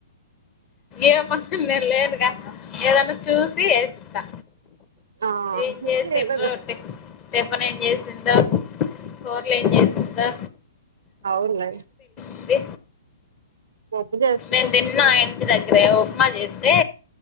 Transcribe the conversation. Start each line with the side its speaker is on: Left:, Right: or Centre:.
Left: ఏమ నేను లేదుగా ఏదన్నా చూసి వేస్తా
Right: ఆ
Left: ఏం చేసిండ్రు
Right: ఏదోక
Left: టిఫ్ టిఫిన్ ఏం చేసిందొ కోర్లు ఏం చసిందా
Right: అవును
Left: ది
Right: పొప్పు జె
Left: నేను తిన్నా ఇంటి దగ్గరే ఉప్మా చేస్తే